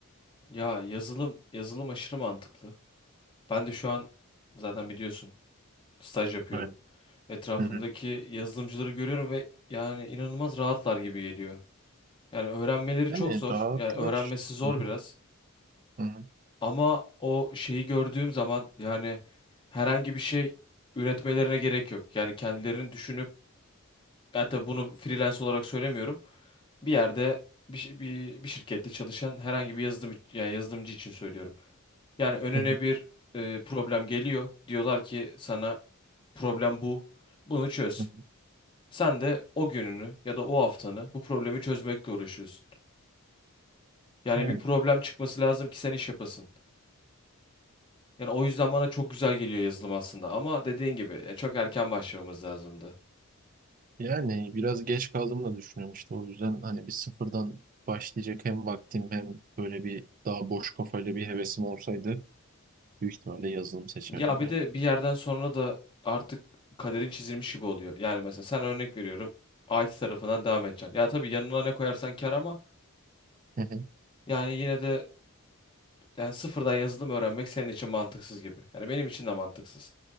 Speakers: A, on the left (about 20°); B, on the right (about 35°).
A: Ya yazılım yazılım aşırı mantıklı. Ben de şu an zaten biliyorsun staj yapıyorum.
B: Evet.
A: Etrafımdaki
B: Hı hı.
A: yazılımcıları görüyorum ve yani inanılmaz rahatlar gibi geliyor. Yani öğrenmeleri
B: Yani
A: çok zor.
B: dağıtılır.
A: Yani öğrenmesi zor
B: Hı hı.
A: biraz.
B: Hı hı.
A: Ama o şeyi gördüğüm zaman yani herhangi bir şey üretmelerine gerek yok. Yani kendilerini düşünüp yani tabii bunu freelance olarak söylemiyorum. Bir yerde bir, şi- bir, bir şirkette çalışan herhangi bir yazılım yani yazılımcı için söylüyorum. Yani önüne
B: Hı hı.
A: bir e, problem geliyor. Diyorlar ki sana problem bu. Bunu çöz.
B: Hı
A: Sen de o gününü ya da o haftanı bu problemi çözmekle uğraşıyorsun. Yani
B: hı.
A: bir problem çıkması lazım ki sen iş yapasın. Yani o yüzden bana çok güzel geliyor yazılım aslında ama dediğin gibi e, çok erken başlamamız lazımdı.
B: Yani biraz geç kaldığımı da düşünüyorum işte o yüzden hani bir sıfırdan başlayacak hem vaktim hem böyle bir daha boş kafayla bir hevesim olsaydı büyük ihtimalle yazılım seçerdim
A: Ya bir
B: ya.
A: de bir yerden sonra da artık kaderin çizilmiş gibi oluyor. Yani mesela sen örnek veriyorum IT tarafından devam edeceksin. Ya tabii yanına ne koyarsan kar ama
B: Hı hı.
A: yani yine de yani sıfırdan yazılım öğrenmek senin için mantıksız gibi. Yani benim için de mantıksız.